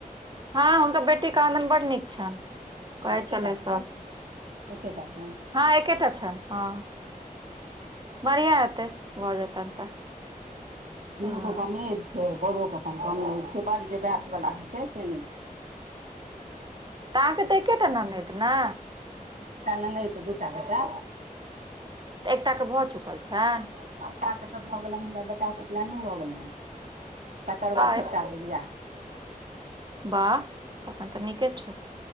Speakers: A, on the right; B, on the right.
A: हँ हुनकर बेटी कहा दिन बड नीक छेन कहै
B: हँ एकेटा
A: छलै
B: छनि
A: सभ <inaudible>
B: एकेटा छनि
A: हँ एकेटा छेन हँ बढ़िआ हेतै भऽ जेतन त
B: कनियोके
A: ह
B: कमे ऐज है बरोे अपन कमे ऐज छै बड जे बैस वला होइ छै से नहि छै
A: तऽ अहाँ के तऽ एकेटा ननैद ने
B: <unintelligible> नहि तऽ दूटा बेटा
A: तऽ एकटाके भऽ चुकल छनि।
B: बड़का के तऽ भऽ गेलनि हुनकर बेटाके उपनयनो भऽ गेलनि। तकर बाद
A: आ
B: छोटका के बिआह हेतै
A: बाह तखन तऽ नीके छै